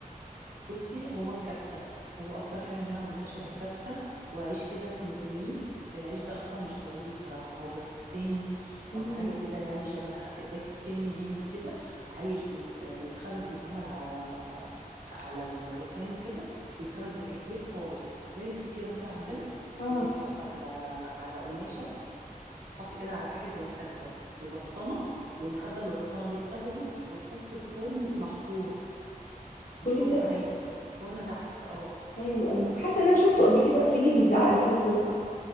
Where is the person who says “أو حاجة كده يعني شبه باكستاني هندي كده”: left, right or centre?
Right